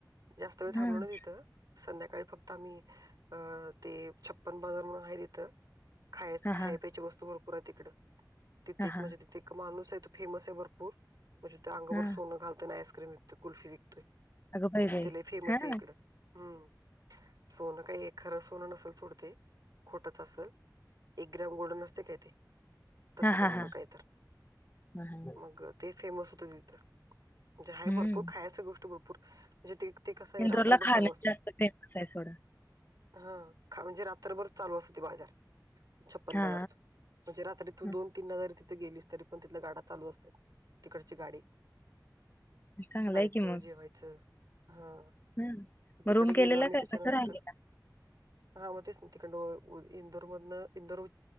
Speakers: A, on the right; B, on the left.
A: जास्त वेळ
B: हा
A: थांबलो ना तिथं. संध्याकाळी फक्त आम्ही अ ते छप्पन बाजार म्हणून आहे तिथं. खायच
B: हा
A: खाय पायची वस्तू भरपूर आहे तिकडं तिथे
B: हा
A: एक
B: हा
A: म्हणजे तिथे एक माणूस आहे त फेमस आहे भरपूर म्हणजे ते अंगभर
B: हा
A: सोनं घालतो आणि आईस्क्रीम विकतते कुल्फी विकतो. त्याच्या
B: अगं बाई बाई
A: तिले फेमस
B: हा
A: आहे
B: हा
A: इकडं हम्म. सोनं काही एखरं सोनं नसेल सोडते खोटत असेल. एक ग्रॅम गोडन असते काय ते तसच
B: हा हा
A: असल
B: हा.
A: काय तर
B: महागात.
A: मग ते फेमस होत तिथं म्हणजे आहे
B: हम्म
A: भरपूर खायच गोष्ट भरपूर म्हणजे ते ते कसं आहे
B: इंदोरला
A: रात्रभर
B: खाणं
A: चालू असत
B: जास्त
A: ते
B: फेमस आहे सोडा
A: हा खा म्हणजे रात्रभर चालू असत त बाजार छप्पन
B: हा
A: बाजार त म्हणजे रात्री तू
B: हा.
A: दोन तीन ह जरी तिथे गेलीस तरी पण तिथल्या गाडा चाल असात तिकडची गाडी
B: चांगलं
A: जायचं
B: आहे की मग
A: जेवायचं हा
B: हं.
A: तिकड
B: मग रूम केलेला
A: गेलो आम्ही
B: काय
A: त्याच्यानंतर.
B: कसं राहिलेला
A: हा मध्ये संधिक इंदोर मधून इंदोर